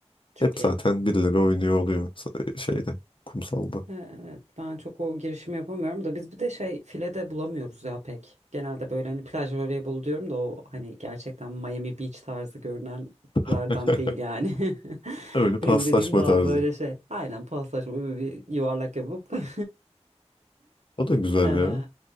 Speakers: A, on the right; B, on the left.
A: Çok
B: Hep
A: iyi.
B: zaten birileri oynuyor oluyor sa- şeyde kumsalda.
A: Ee, Evet, ben çok o girişimi yapamıyorum da biz bir de şey file de bulamıyoruz ya pek. Genelde böyle hani plaj voleybolu diyorum da o hani gerçekten Miami Beach tarzı görünenlerden
B: <laughs>
A: değil yani. <laughs>
B: Öyle paslaşma
A: Benim dediğim daha
B: tarzı.
A: böyle şey. Aynen paslaşma böyle bir yuvarlak yapıp. <laughs>
B: O da güzel
A: Ee,
B: ya.